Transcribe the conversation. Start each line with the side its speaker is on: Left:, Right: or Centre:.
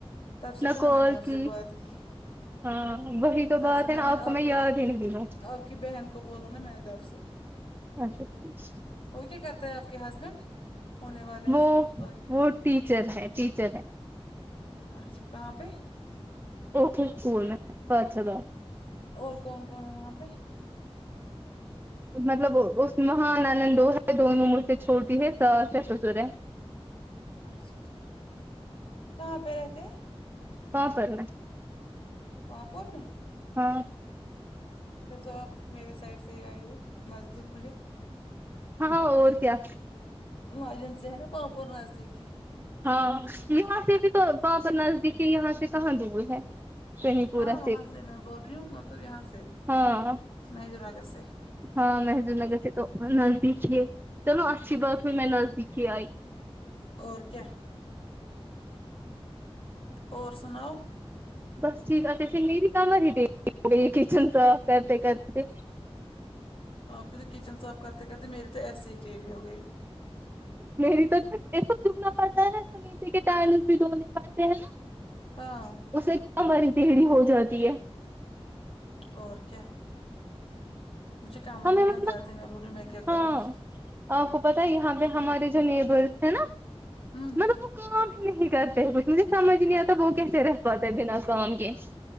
Left: تب سے
Right: نہ
Left: کہاں
Right: کول
Left: میں نے آپ سے
Right: کی
Left: بات کی
Right: ہاں وہی تو
Left: تب
Right: بات
Left: سے
Right: ہے
Left: میں
Right: نا
Left: نے
Right: کو
Left: آپ
Right: یاد
Left: کی
Right: ہی نہیں ہوں
Left: آپ کی بہن کو بولا نا میں نے تب سے
Right: اچھا ٹھیک
Left: اور کیا کرتا ہے آپ کے ہسبینڈ ہونے والے
Right: وہ
Left: ہسبینڈ سوری
Right: وہ ٹیچر ہے ٹیچر ہے
Left: اچھا کہاں پے
Right: اوکے اسکول میں پاٹشالہ
Left: اور کون کون ہے وہاں پے
Right: مطلب اس مہان نند دو ہے دونوں مجھ سے چھوٹی ہے ساس ہے سسرے ہے
Left: اچھا ٹھیک کہاں پے رہتے ہے
Right: کہاں پر
Left: پاپور میں
Right: ہاں
Left: پھر تو آپ میرے سائڈ سے ہی آئی ہو نزدیک مجھے
Right: ہاں اور کیا
Left: ماجم سے ہیں نا پاپور نزدیک
Right: ہاں یہاں سے بھی تو پاپر نزدیک ہے یہاں سے کہاں دور ہے شنی پورہ
Left: ہاں وہاں سے میں بول رہی ہوں مطلب یہاں سے
Right: ہاں
Left: مہجور نگر سے
Right: ہاں محبوب نگر سے تو نزدیک ہی ہے چلو اچھی بات ہے میں نزدیک ہی آئی
Left: اور کیا اور سناؤ
Right: بس ٹھیک ہے سے میری کمر ہی <unintelligible> کچن صاف کرتے کرتے
Left: آپ کی تو کچن صاف کرتے کرتے میرے تو ایسے ہی دیری ہو گئی
Right: میری تو سب جکنا پڑتا ہے نیچے کے ٹائرنس بھی دھونے پڑتے ہیں
Left: ہاں
Right: اس سے کمر ہی ٹیڑھی ہو جاتی ہے
Left: اور کیا مجھے کمر
Right: ہمیں
Left: میں اتنا
Right: مطلب
Left: درد ہے میں بولی میں کیا کروں
Right: ہاں
Left: گی
Right: آپ کو پتہ ہے یہاں پے ہمارے جو نیبرس ہیں نا
Left: ہوں
Right: مطلب وہ کام نہیں کرتے کچھ مجھے سمجھ نہیں آتا وہ کیسے رہ پاتے بنا کام کے